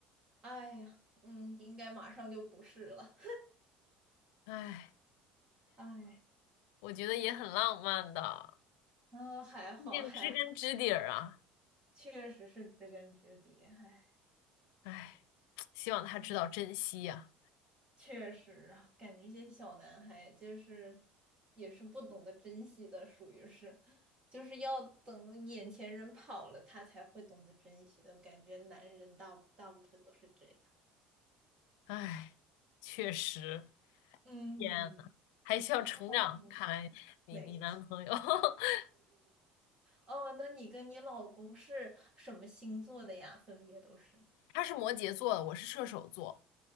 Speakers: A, on the right; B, on the left.
A: 哎呀，嗯，应该马上就不是了。
B: 哎，
A: 哎，
B: 我觉得也很浪漫的，
A: 啊，还好还好，
B: 毕竟知根知底儿啊。
A: 确实是知根知底。哎，
B: 哎，希望他知道珍惜呀。
A: 嗯确实啊，感觉这些小男孩就是也是不懂得珍惜的，属于是，就是要等眼前人跑了，他才会懂得珍惜的。我感觉男人大大部分都是这样。
B: 哎，确实。
A: 嗯嗯
B: 天呐，还需要成长。
A: 嗯，
B: 看来你你男朋友
A: 没错。
B: <laughs>
A: 哦，那你跟你老公是什么星座的呀？分别都是。
B: 他是摩羯座的，我是射手座。